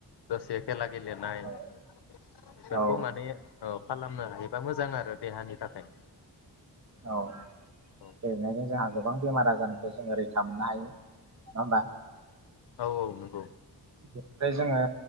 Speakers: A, on the left; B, on the right.
A: दसे खेला गेलेनाय
B: औ
A: बेफोरखौ
B: औ
A: माने औ खालामनो हायोबा मोजां आरो देहानि थाखाय।
B: औ
A: औ
B: गेलनायजों जों गो गोबां बेमार आजारनिफ्राय जोङो रैखा मोननो हायो नङा होमबा?
A: औ औ नंगौ।
B: बेनिफ्राय जोङो